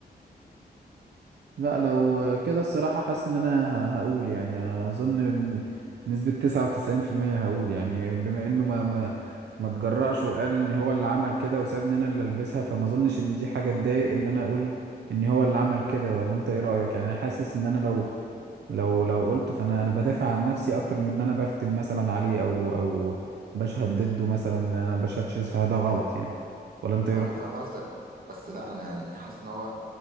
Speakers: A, on the right; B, on the right.
A: لا لو كده الصراحة حاسس إن أنا هقول يعني أظن بنسبة تسعة وتسعين في المية هقول يعني بما إنه ما ما ما تجرأش وقال إن هو اللي عمل كده وسابني أنا اللي ألبسها فما أظنش إن دي حاجة تضايق إن أنا أقول إن هو اللي عمل كده ولا أنت إيه رأيك يعني أنا حاسس إن أنا لو لو لو قلت فأنا أنا بدافع عن نفسي أكتر من إن أنا بفتن مثلا عليه أو أو بشهد ضده مثلا أنا بشهدش ده غلط يعني ولا أنت
B: انا
A: إيه
B: فاهم قصدك بس لا انا يعني حاسس ان هو